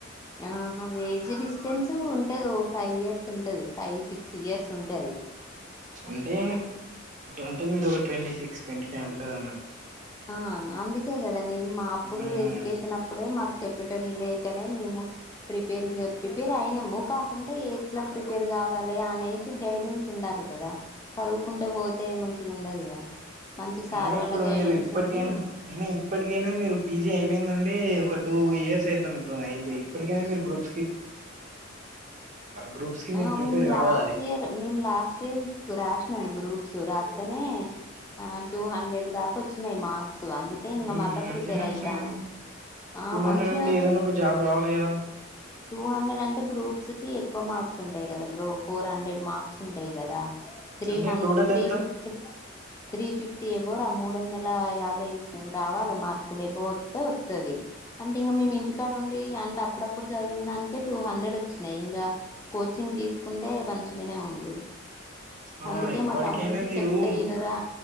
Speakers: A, on the left; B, on the right.
A: ఆహా ఏజ్ డిస్టెన్స్ ఉంటది ఓ ఫైవ్ ఇయర్స్ ఉంటది. ఫైవ్ సిక్స్ ఇయర్స్ ఉంటది.
B: అంటే అంటే మీరు ఒక ట్వంటీ సిక్స్ ట్వంటీ ఫైవ్ అంటారు అన్నట్టు
A: ఆహ్ అందుకేగదా. రాని మా అప్పుడు
B: మ్మ్
A: ఎడ్యుకేషన్ అప్పుడే మాకు చెప్పటోలు లేకనే మేము. ప్రిపేర్ గా ప్రిపేర్ అయినాము కాకుంటే ఎయిత్ లా ప్రిపేర్ కావాలి అనే మంచి గైడెన్స్ ఉండాలి కదా చదువుకుంటే పోతే మంచిగా ఉండదుగా మంచి
B: అయినా
A: సార్ వాళ్ళ
B: ఇప్పుడు
A: గైడెన్స్
B: మీరు ఇప్పటికైనా
A: ఉండి
B: అయినా ఇప్పటికైనా మీరు పీజీ అయిపోయిందంటే ఒక టూ ఇయర్స్ అయిత నట్టునాయి అయిపోయి ఇప్పటికైనా మీరు గ్రూప్ గ్రూప్స్ కి మీరు
A: ఆ
B: ప్రిపేర్
A: మేము లాస్ట్
B: కావాలి
A: ఇయర్ మేము లాస్ట్ ఇయర్ రాసినాము గ్రూప్స్ రాస్తానే ఆ టూ హండ్రెడ్ దాకా వచ్చినాయి మార్క్ స్ అందుకే ఇంగ
B: మ్మ్
A: మళ్ళీ
B: మంచిగానే
A: ప్రిపేర్
B: వచ్చినాయి
A: అయితాన ఆ
B: టూ హండ్రెడ్
A: మంచి గానే
B: అంటే
A: వచ్
B: ఏదైనా ఒక జాబ్ రావాలి కదా
A: టూ హండ్రెడ్ అంటే గ్రూప్ స్ కి ఎక్కువ మార్స్ ఉంటాయి కదా బ్రో ఫోర్ హండ్రెడ్ మార్క్స్ ఉంటాయి కదా త్రీ
B: అంటే
A: హండ్రెడ్
B: టోటల్
A: త్రీ
B: ఎంత
A: ఫిఫ్టీ త్రీ ఫిఫ్టీ అబోవ్ రోరా మూడు వందల యాభై రావాలి మార్కులువో వస్తే వస్తుంది అంటే ఇంకా మేము ఇంటికాడ ఉండి అంటే అప్పుడప్పుడు ఇప్పుడు చదివిన దానికే టూ హండ్రెడ్ వచ్చినాయి ఇంకా కోచింగ్ తీసుకుంటే మంచుగానే ఉండు
B: ఆ
A: అందుకే
B: ఇప్పటికైనా
A: మా తమ్మునికి
B: మీరు
A: చెప్తే ఈనురా